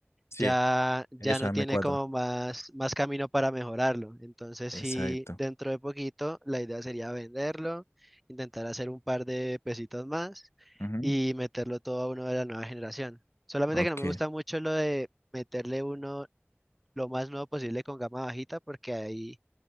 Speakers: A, on the left; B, in the centre.
A: Sí,
B: ya, ya
A: eso
B: no
A: m
B: tiene
A: cuatro
B: como más, más camino para mejorarlo. Entonces, sí,
A: Exacto.
B: dentro de poquito, la idea sería venderlo, intentar hacer un par de pesitos más
A: ujú.
B: y meterlo todo a uno de la nueva generación. Solamente
A: Ok.
B: que no me gusta mucho lo de meterle uno lo más nuevo posible con gama bajita porque hay